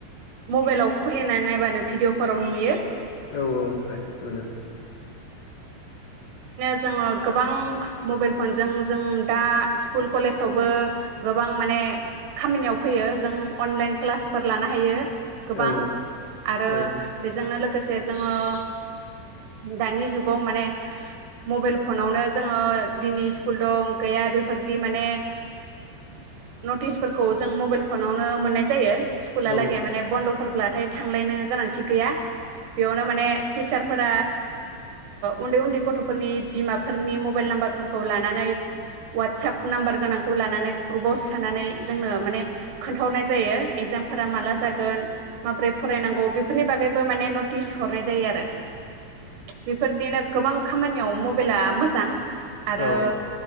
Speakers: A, on the right (about 90°); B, on the left (about 60°).
A: मबाइलाव खुलिनानै नायबानो भिडिअफोराव नुयो।
B: औ औ हायो मोनो।
A: जोंओ गोबां मबाइल फनजों दा स्कुल कलेजावबो गोबां माने खामानियाव फैयो। जों अनलाइन क्लास लानो हायो। गोबां
B: औ
A: आरो
B: औ
A: बेजोंनो लोगोसे जोंङो दानि जुगाव माने मबाइल फनावनो जोंङो दिनै स्कुल दं गैया बेफोरदि माने नटिसफोरखौ जों मबाइल फनावनो मोननाय जायो। स्कुला
B: औ
A: लागे माने बन्दफोरब्लाथाय थांलायनो गोनांथि गैया बेयावनो माने तिसार फोर उन्दै उन्दै गथफोरनि बिमाफोरनि मबाइल नाम्बारफोरखौ लानानै वाटसाप नाम्बार गोनांखौ लानानै ग्रुपाव सोनानै जोंनो माने खोन्थाहरनाय जायो। एगजामफोरा माला जागोन। माबोरै फरायनांगौ बेफोरनि बागैबो माने नटिस हरनाय जायो आरो। बेफोरदिनो गोबां खामानियाव मबाइला मोजां। आरो
B: औ